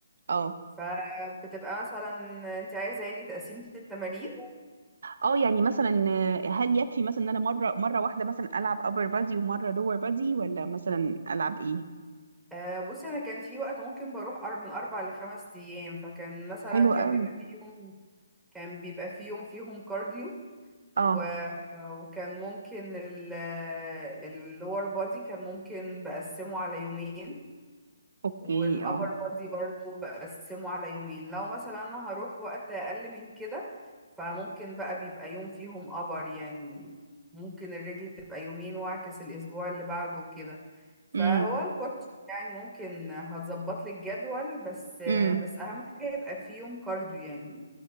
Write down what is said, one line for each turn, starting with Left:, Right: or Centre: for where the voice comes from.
Right: اه
Centre: فبتبقى مثلا انت عايزه يعني تقسيمه التمارين
Right: اه يعني مثلا آه، هل يكفي مثلا ان انا مره مره واحده مثلا العب upper body ومره lower body ولا مثلا العب ايه
Centre: آه، بصي انا كان في وقت ممكن بروح أر- من اربع لخمس ايام فكان مثلا
Right: حلو
Centre: كان
Right: قوي
Centre: بيبقى فيهم كان بيبقى فيهم فيهم كارديو
Right: اه
Centre: و... وكان ممكن ال اللور بودي كان ممكن بقسمه على يومين
Right: اوكي
Centre: والأبر
Right: اه
Centre: بادي برضو بقسمه على يومين لو مثلا أنا هروح وقت أقل من كده فممكن بقى بيبقى يوم فيهم أبر يعني ممكن الرجل تبقى يومين وأعكس الأسبوع اللي بعده وكده فهو
Right: امم
Centre: الكوتش يعني ممكن هتظبط لي الجدول بس
Right: امم
Centre: بس أهم حاجة يبقى فيه يوم كارديو يعني